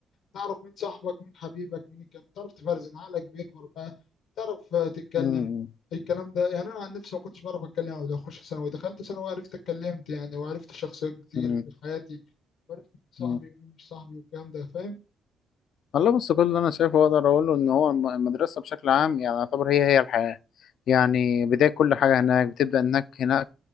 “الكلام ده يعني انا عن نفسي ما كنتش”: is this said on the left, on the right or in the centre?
Left